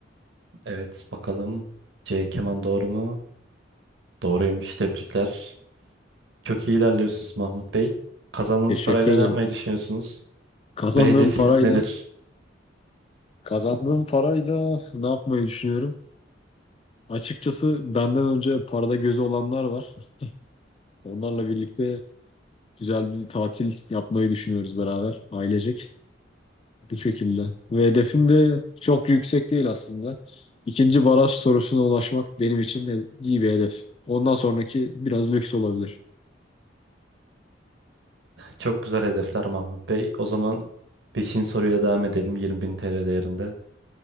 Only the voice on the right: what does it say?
Evet bakalım C. Keman doğru mu? Doğruymuş tebrikler. Çok iyi ilerliyorsunuz Mahmut Bey. Kazandığınız
parayla
ne yapmayı düşünüyorsunuz?
Ve hedefiniz
nedir?
Çok güzel hedefler Mahmut Bey. O zaman 5. soruyla devam edelim 20.000 TL değerinde.